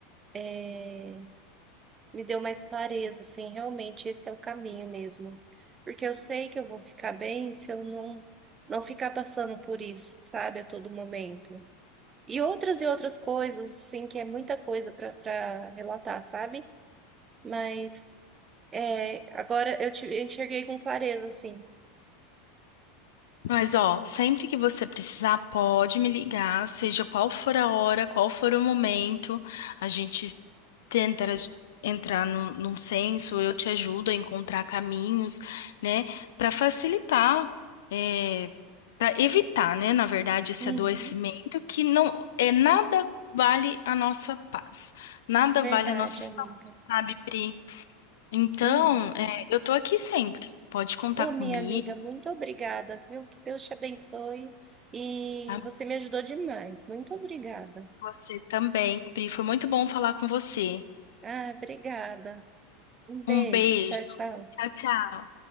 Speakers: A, on the right; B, on the left.
A: é, me deu mais clareza, assim, realmente esse é o caminho mesmo. Porque eu sei que eu vou ficar bem se eu não não ficar passando por isso, sabe, a todo momento. E outras e outras coisas, assim, que é muita coisa para para relatar, sabe? Mas é, agora eu te, eu enxerguei com clareza, assim.
B: Mas, ó, sempre que você precisar, pode me ligar, seja qual for a hora, qual for o momento, a gente tenta entrar num, num senso, eu te ajudo a encontrar caminhos, né, para facilitar, é, para evitar, né, na verdade, esse
A: Uhum,
B: adoecimento que não é nada vale a nossa paz, nada
A: verdade,
B: vale a nossa saúde,
A: amiga.
B: sabe, Pri? Então,
A: Uhum.
B: é, eu tô aqui sempre, pode contar
A: Ô,
B: comigo.
A: minha amiga, muito obrigada, viu? Que Deus te abençoe. E
B: tá?
A: você me ajudou demais. Muito obrigada.
B: Você também, Pri. Foi muito bom falar com você.
A: Ah, obrigada. Um beijo.
B: Um beijo.
A: Tchau, tchau.
B: Tchau, tchau.